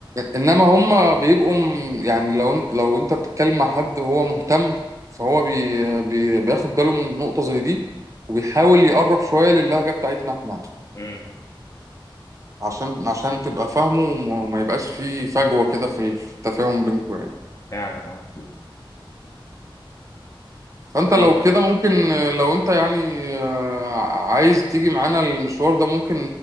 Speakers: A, on the right (about 35°); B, on the left (about 35°).
A: انما هم بيبقوا م- يعني لو انت لو انت بتتكلم مع حد هو مهتم فهو بي بي بياخد باله من نقطه زي دي وبيحاول يقرب شويه للهجه بتاعتنا احنا
B: امم
A: عشان عشان تبقى فاهمه وما ما يبقاش فيه فجوه كده في التفاهم بينكم يعني
B: فعلا اه
A: فانت
B: طيب
A: لو كده ممكن لو انت يعني آه، عايز تيجي معانا المشوار ده ممكن